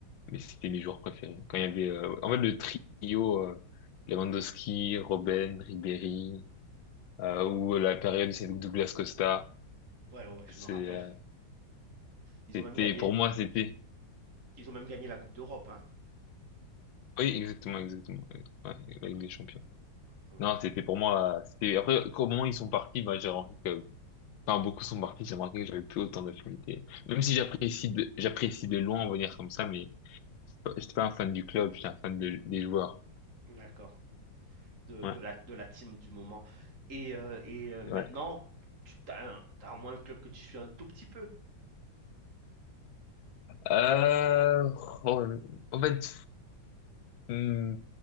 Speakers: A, on the left (about 80°); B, on the right (about 40°).
A: Mais c'était mes joueurs préférés. Quand il y avait, euh, en fait, le trio, euh, Lewandowski, Robben, Ribéry, euh, ou la période où c'est avec Douglas Costa,
B: Ouais ouais, je
A: c'est,
B: me rappelle.
A: euh,
B: Ils
A: c'était,
B: ont même gagné,
A: pour moi, c'était,
B: ils ont même gagné la Coupe d'Europe, hein.
A: oui, exactement, exactement, ouais, Ouais, la Ligue des Champions.
B: Mhm.
A: Non, c'était pour moi, euh, c'était, après, au moment où ils sont partis, bah, j'ai remarqué que, enfin, beaucoup sont partis, j'ai remarqué que j'avais plus autant d'affinité. Même si j'apprécie de, j'apprécie de loin venir comme ça, mais j'étais pas j'étais pas un fan du club, j'étais un fan de- des joueurs.
B: D'accord. de,
A: Ouais,
B: de la, de la team du moment. Et, euh, et euh, maintenant,
A: ouais.
B: tu as, un, t'as au moins un club que tu suis un tout petit peu.
A: Euh, oh, en fait, Hmm,